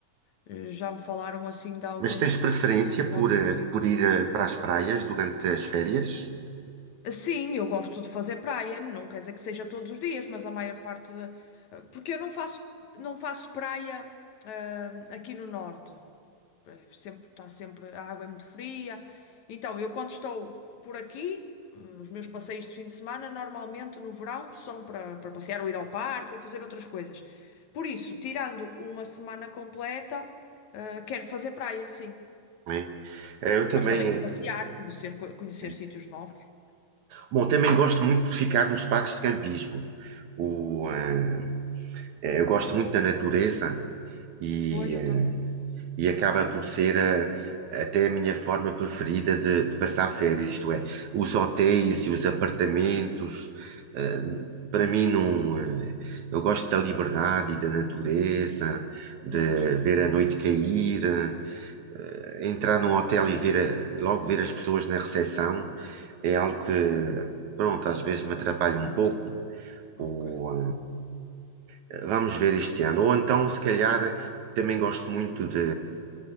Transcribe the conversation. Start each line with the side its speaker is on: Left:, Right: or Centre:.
Left: eh, já me falaram assim de alguns,
Right: mas tens preferência
Left: de
Right: por,
Left: alguns
Right: eh,
Left: sítios.
Right: por ir eh, para as praias durante as férias?
Left: Sim, eu gosto de fazer praia, não quer dizer que seja todos os dias, mas a maior parte da. Porque eu não faço, não faço praia, ah, aqui no norte. eh, sempre, está sempre, a água é muito fria. Então, eu quando estou por aqui, hum, os meus passeios de fim de semana, normalmente no verão, são para, para passear ou ir ao parque ou fazer outras coisas. Por isso, tirando uma semana completa, eh, quero fazer praia, sim.
Right: Não é? Eh, Eu também,
Left: Mas também passear, conhecer, co- conhecer
Right: eh,
Left: sítios novos.
Right: bom, também gosto muito de ficar nos parques de campismo. O, eh, eh, eu gosto muito da natureza e,
Left: Pois, eu
Right: eh,
Left: também.
Right: e acaba por ser a- até a minha forma preferida de, de passar férias, isto é, os hotéis e os apartamentos, eh, para mim não, eh, eu gosto da liberdade e da natureza, de
Left: Pois,
Right: ver a noite cair, eh, entrar num hotel e ver a- logo ver as pessoas na recepção é algo que, pronto, às vezes me atrapalha um
Left: não
Right: pouco.
Left: gosto também. Ok.
Right: Ou, eh, vamos ver este ano. Ou então, se calhar, também gosto muito de